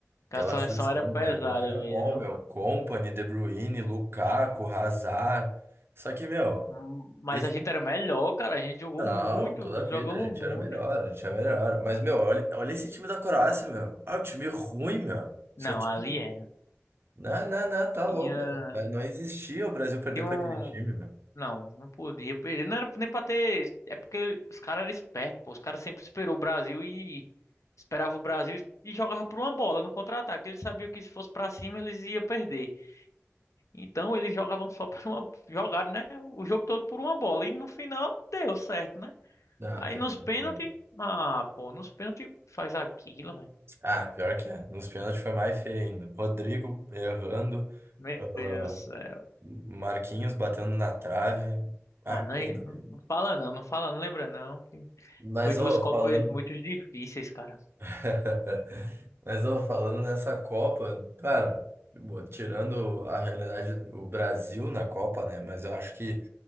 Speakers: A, on the left; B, on the right.
A: Aquela
B: Aquela
A: seleção
B: seleção
A: era pesada
B: belga era
A: mesmo,
B: bom,
A: viu?
B: meu. company De Bruyne, Lukaku, Hazard. Só que, meu,
A: Hum, Mas
B: esse
A: a gente era melhor, cara. A gente jogou
B: não,
A: muito,
B: toda a
A: jogamos
B: vida a gente
A: muito.
B: era melhor, a gente era melhor. Mas, meu, olha, olha esse time da Croácia, meu. Ah, o time ruim, meu. Só
A: Não,
B: tinha.
A: ali era.
B: Não, não, não, tá louco.
A: Tinha.
B: cara. É, Não existia o Brasil perder
A: Tem um.
B: pra aquele time, meu.
A: Não, não podia perder. Não era nem pra ter. É porque os caras eram espertos, pô. Os caras sempre esperou o Brasil e. Esperava o Brasil e jogava por uma bola no contra-ataque. Eles sabiam que se fosse pra cima eles iam perder. Então eles jogavam só por uma. Jogaram, né? O jogo todo por uma bola. E no final deu certo, né?
B: Ah,
A: Aí
B: pior,
A: nos pênaltis.
B: que é.
A: Ah, pô, nos pênaltis faz aquilo, velho.
B: ah, pior que é. Nos pênaltis foi mais feio ainda. Rodrigo errando,
A: Meu
B: ah,
A: Deus do céu.
B: Marquinhos batendo na trave. Ah,
A: Ah,
B: coisa
A: não, é, não
B: feia.
A: fala não, não fala, não lembra não.
B: Mas,
A: Foi duas
B: ó,
A: Copas
B: falando.
A: muito difíceis, cara.
B: <laughs> Mas, ó, falando nessa Copa, cara, bo- tirando a realidade do Brasil na Copa, né? Mas eu acho que